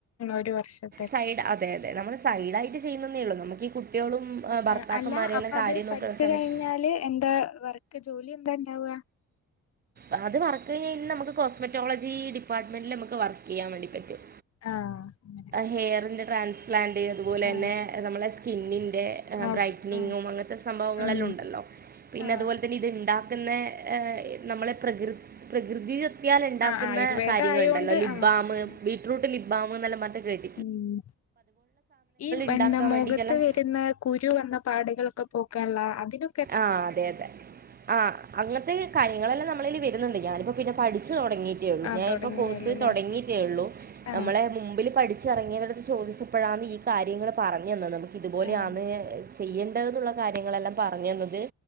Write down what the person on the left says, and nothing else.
ഒരു വർഷം
ആ അല്ല അപ്പൊ
അത് പഠിച്ച്
കഴിഞ്ഞാല് എന്താ വർക്ക് ജോലി എന്താ ഉണ്ടാവുക
ആഹ് അങ്ങനെ
ആഹ്
നോക്ക്
ആഹ്
ഉം
ആഹ്
ആഹ് ആയുർവേദ
ആയോണ്ട്
ആഹ് അങ്ങനെ
ഉം ഈ
എന്താ മോഖത്ത്
വരുന്ന കുരു വന്ന പാടുകളൊക്കെ പോക്കാനുള്ള അതിന
ആഹ്
തുടങ്ങുന്നേള്ളൂല്ലേ
ആഹ്
ആഹ്